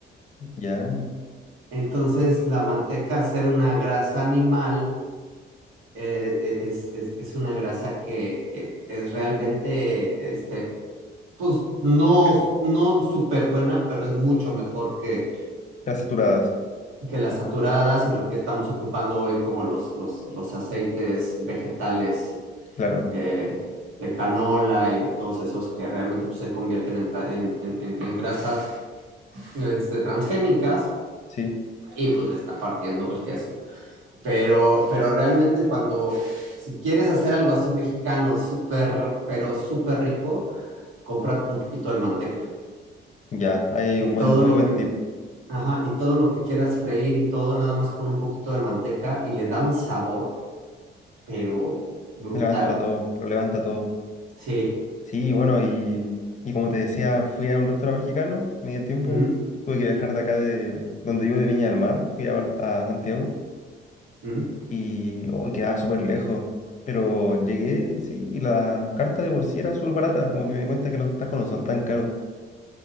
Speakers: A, on the left (about 40°); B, on the right (about 85°).
A: ya.
B: Entonces, la manteca, al ser una grasa animal, eh, e, es, es- es una grasa que, que es realmente este, pues no, no súper buena, pero es mucho mejor que,
A: Grasas saturadas
B: que las saturadas y lo que estamos ocupando hoy como los, los, los aceites vegetales
A: claro,
B: eh, de canola y de todos esos que realmente pues, se convierten en, tra- en, en, en en grasas este, transgénicas
A: sí,
B: y pues le está partiendo el queso. Pero, pero realmente cuando, si quieres hacer algo así mexicano, súper, pero súper rico, compra un poquito de manteca
A: ya. Ahí hay
B: y
A: un buen,
B: todo
A: muy
B: lo
A: buen
B: que
A: tip.
B: Ajá, y todo lo que quieras freír y todo, nada más con un poquito de manteca y le da un sabor, pero brutal,
A: Levanta todo,
B: güey.
A: lo levanta todo.
B: Sí.
A: Sí, bueno, y, y como te decía, fui a un restaurante mexicano, me di el tiempo,
B: ¿Mm?
A: tuve que viajar de acá de donde vivo, de Viña del Mar, fui a, Val- a Santiago
B: ¿Mm?
A: y oh, quedaba súper lejos, pero llegué, sí, y la carta de por sí era súper barata, como que me di cuenta que los tacos no son tan caros.